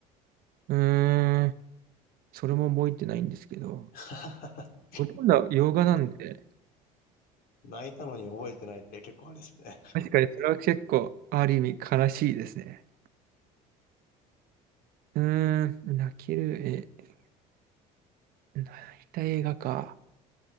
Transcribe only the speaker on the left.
<laughs>
な、泣いたのに覚えてないって結構あれですね。